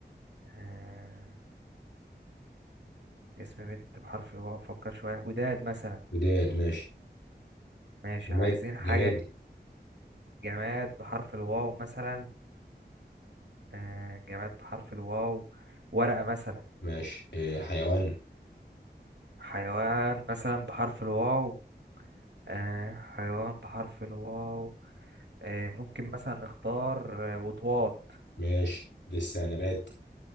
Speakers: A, on the right; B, on the left.
A: آه اسم بنت بحرف الواو فكر شوية وداد مثلا
B: وداد ماشي
A: ماشي
B: جماد
A: عايزين حاجة
B: جماد
A: جماد بحرف الواو مثلا آه، جماد بحرف الواو ورقة مثلا
B: ماشي إيه حيوان
A: حيوان مثلا بحرف الواو آه، حيوان بحرف الواو آه، ممكن مثلا نختار آه، وطواط
B: ماشي لسه نبات